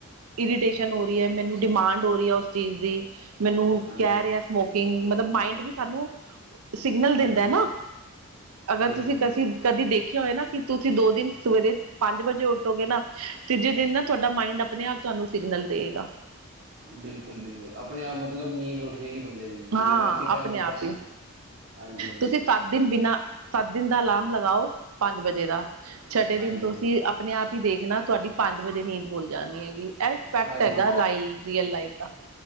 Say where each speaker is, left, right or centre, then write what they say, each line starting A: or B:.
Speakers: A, on the right; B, on the right.
A: ਇਰੀਟੇਸ਼ਨ ਹੋ ਰਹੀ ਹੈ ਮੈਨੂੰ ਡਿਮਾਂਡ ਹੋ ਰਹੀ ਹੈ ਉਸ ਚੀਜ਼ ਦੀ ਮੈਨੂੰ
B: ਹਾਂਜੀ
A: ਕਹਿ
B: ਹਾਂਜੀ
A: ਰਿਹਾ ਸਮੋਕਿੰਗ ਮਤਲਬ ਮਾਈਂਡ ਵੀ ਸਾਨੂੰ ਸਿਗਨਲ
B: ਹਾਂਜੀ
A: ਦਿੰਦਾ ਹੈ ਨਾ ਅਗਰ
B: ਬਿਲਕੁਲ
A: ਤੁਸੀਂ ਕਸੀ
B: ਬਿਲਕੁਲ
A: ਕਦੀ ਦੇਖਿਆ ਹੋਏ ਨਾ ਕਿ ਤੁਸੀਂ ਦੋ ਦਿਨ ਸਵੇਰੇ ਪੰਜ ਵਜੇ ਉੱਠੋਗੇ ਨਾ ਤੀਜੇ ਦਿਨ ਨਾ ਤੁਹਾਡਾ ਮਾਈੰਡ ਆਪਣੇ ਆਪ ਤੁਹਾਨੂੰ ਸਿਗਨਲ ਦੇਗਾ।
B: ਬਿਲਕੁਲ-ਬਿਲਕੁਲ ਆਪਣੇ ਆਪ ਮਤਲਬ ਨੀਂਦ ਓਡ ਜੇਗੀ ਬੰਦੇ ਦੀ। ਕਿ
A: ਹਾਂ
B: ਬਈ ਮੈਂ ਇਸੀ ਟਾਈਮ
A: ਆਪਣੇ
B: ਉੱਠਦਾ
A: ਆਪ
B: ਹਾਂ।
A: ਹੀ
B: ਹਾਂਜੀ ਹਾਂਜੀ
A: ਤੁਸੀਂ ਸਾ ਸੱਤ ਦਿਨ ਬਿਨਾਂ ਸੱਤ ਦਿਨ ਦਾ ਅਲਾਰਮ ਲਗਾਓ ਪੰਜ ਵਜੇ ਦਾ ਛਟੇ
B: ਹਾਂਜੀ
A: ਦਿਨ ਤੁਸੀ
B: ਹਾਂਜੀ
A: ਆ ਪਣੇ ਆਪ ਹੀ ਦੇਖਣਾ ਤੁਹਾਡੀ ਪੰਜ ਵਜੇ ਨੀਂਦ ਭੁੱਲ ਜਾਣੀ ਹੈਗੀ। ਇਹ ਇਫੈਕਟ
B: ਹਾਂਜੀ
A: ਹੈਗਾ ਰਾਈਲ ਰੀਅਲ ਲਾਈਫ ਦਾ।